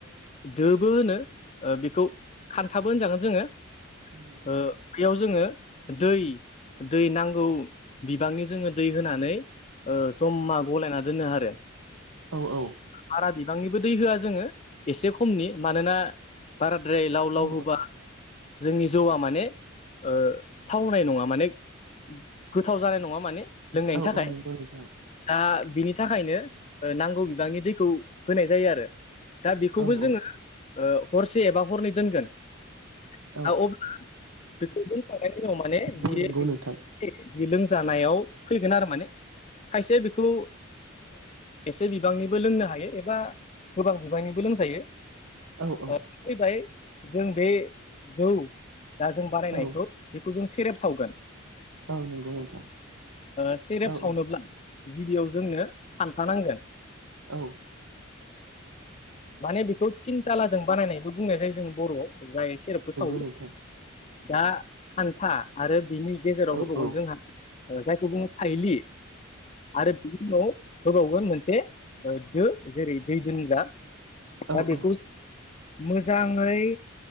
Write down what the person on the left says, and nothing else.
दो बो होनो बेखौ खान्थाबो होनजागोन जोङो
ओ
बेयाव जोङो दै दै नांगौ बिबांनि जोङो दै होनानै ओ जमा गलायना दोननो आरो
बारा बिबांनिबो दै होआ जोङो एसे खमनि मानोना बाराद्राय लाव लाव
होबा जोंनि जौआ माने थावनाय नङा माने गोथाव जानाय नङा माने लोंनायनि
थाखाय
दा बिनि थाखायनो नांगौ बिबांनि दैखौ होनाय जायो आरो दा बेखौबो
जोङो हरसे एबा हरनै दोनगोन दा
अब्ला बेखौ फखांनायनि उनाव माने <inaudible>
बियो
लोंजानायाव फैगोन आरो माने खायसे बेखौ एसे बिबांनिबो लोंनो हायो एबा गोबां बिबांनिबो लोंजायो
ओ फैबाय जों बे जौ दा जों बानायनायखौ
बेखौ जों सेरेब सावगोन
सेरेब
सावनोब्ला गिबियाव जोंनो खान्थानांगोन
माने बेखौ थिनथालाजों बानायनायबो बुंनाय जायो जों बर'आव जाय सेरेपखौ सावो
दा खान्था आरो बिनि गेजेराव
होबावगोन
जोंहा जायखौ बुङो फाइलि आरो उनाव होबावगोन मोनसे दो जेरै दै दोनग्रा
दा
बे मोजाङै